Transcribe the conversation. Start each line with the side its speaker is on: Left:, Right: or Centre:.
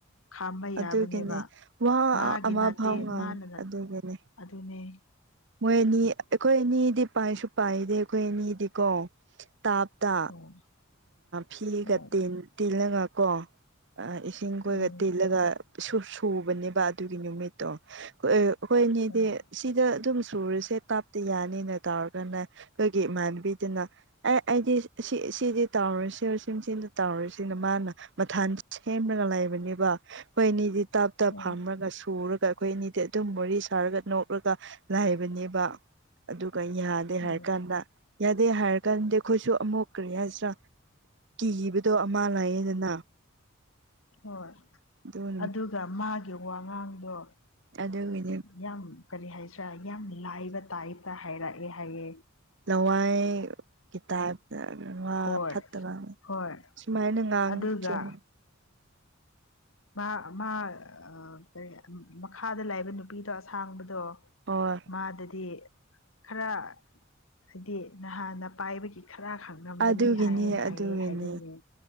Left: ꯈꯥꯝꯕ ꯌꯥꯕꯅꯦꯕ
Right: ꯑꯗꯨꯒꯤꯅꯦ ꯋꯥ
Left: ꯃꯥꯒꯤ
Right: ꯑꯃ
Left: ꯅꯠꯇꯦ
Right: ꯐꯥꯎ ꯉꯥꯡꯉꯦ
Left: ꯃꯥꯅꯦ
Right: ꯑꯗꯨꯒꯤꯅꯦ
Left: ꯑꯗꯨꯅꯤ
Right: ꯃꯣꯏ ꯑꯅꯤ ꯑꯩꯈꯣꯏ ꯑꯅꯤꯗꯤ ꯄꯥꯏꯁꯨ ꯄꯥꯏꯗꯦ ꯑꯩꯈꯣꯏ ꯑꯅꯤꯗꯤꯀꯣ ꯇꯥꯞꯇ
Left: ꯑꯣ
Right: ꯐꯤꯒ
Left: ꯍꯣꯏ
Right: ꯇꯦꯜꯂꯒꯀꯣ ꯏꯁꯤꯡ ꯈꯣꯏꯒ
Left: ꯎꯝ
Right: ꯇꯤꯜꯂꯒ ꯁꯨꯕꯅꯦꯕ ꯑꯗꯨꯒꯤ ꯅꯨꯃꯤꯠꯇꯣ ꯍꯣꯏꯅꯦꯗꯤ
Left: ꯍꯣꯏ
Right: ꯁꯤꯗ ꯑꯗꯨꯝ ꯁꯨꯔꯤꯁꯦ ꯀꯥꯞꯇ ꯌꯥꯅꯤꯅ ꯇꯧꯔꯒꯅ ꯑꯩꯈꯣꯏꯒꯤ ꯏꯃꯥꯟꯅꯕꯤꯗꯨꯅ ꯑꯦ ꯑꯩꯗꯤ ꯁꯤ ꯁꯤꯗꯤ ꯇꯧꯔ ꯁꯤꯔ ꯁꯤ ꯁꯤꯗ ꯇꯧꯔꯨꯁꯤꯅ ꯃꯥꯅ ꯃꯊꯥꯟ ꯁꯦꯝꯂꯒ ꯂꯩꯕꯅꯦꯕ ꯑꯩꯈꯣꯏ ꯑꯅꯤꯗꯤ ꯇꯥꯞ ꯇꯥꯞ
Left: ꯍꯣꯏ
Right: ꯐꯝꯔꯒ ꯁꯨꯔꯒ ꯑꯩꯈꯣꯏ ꯑꯅꯤꯗꯤ ꯑꯗꯨꯝ ꯃꯔꯤ ꯁꯥꯔꯒ ꯅꯣꯛꯂꯒ ꯂꯥꯏꯕꯅꯦꯕ ꯑꯗꯨꯒ ꯌꯥꯗꯦ
Left: ꯍꯣꯏ
Right: ꯍꯥꯏꯔ ꯀꯥꯟꯗ ꯑꯗꯩ ꯍꯥꯏꯔ ꯀꯥꯟꯗꯗꯤ ꯑꯩꯈꯣꯏꯁꯨ ꯑꯃꯨꯛ ꯀꯔꯤ ꯍꯥꯏꯁꯤꯔꯥ ꯀꯤꯈꯤꯕꯗꯣ ꯑꯃ ꯂꯥꯛꯌꯦꯗꯅ
Left: ꯍꯣꯏ
Right: ꯑꯗꯨ
Left: ꯑꯗꯨꯒ ꯃꯥꯒꯤ ꯋꯥꯉꯥꯡꯗꯣ
Right: ꯑꯗꯨꯗ ꯏꯗꯤ
Left: ꯌꯥꯝ ꯀꯔꯤ ꯍꯥꯏꯁ꯭ꯔꯥ ꯌꯥꯝ ꯂꯥꯏꯕ ꯇꯥꯏꯞꯇ ꯍꯥꯏꯔꯛꯑꯦ ꯍꯥꯏꯌꯦꯦ
Right: ꯂꯋꯥꯏ ꯒꯤꯇꯥꯞ ꯋꯥ
Left: ꯍꯣꯏ
Right: ꯐꯠꯇꯕ
Left: ꯍꯣꯏ
Right: ꯁꯨꯃꯥꯏꯅ ꯉꯥꯡꯉꯤ
Left: ꯑꯗꯨꯒ
Right: ꯆꯨꯝ
Left: ꯃꯥ ꯃꯥ ꯀꯔꯤ ꯃꯈꯥꯗ ꯂꯥꯛꯏꯕ ꯅꯨ ꯅꯨꯅꯥꯄꯤꯗꯣ ꯑꯁꯥꯡꯕꯗꯣ
Right: ꯍꯣꯏ
Left: ꯃꯥꯗꯗꯤ ꯈꯔ ꯍꯥꯏꯗꯤ ꯅꯍꯥꯟꯅ ꯄꯥꯏꯕꯒꯤ ꯈꯔ ꯈꯥꯡꯉꯝꯒꯅꯤ
Right: ꯑꯗꯨꯒꯤꯅꯤ
Left: ꯍꯥꯏꯅ
Right: ꯑꯗꯨꯒꯤꯅꯤ
Left: ꯍꯥꯏꯌꯦ ꯍꯥꯏꯅꯑꯦ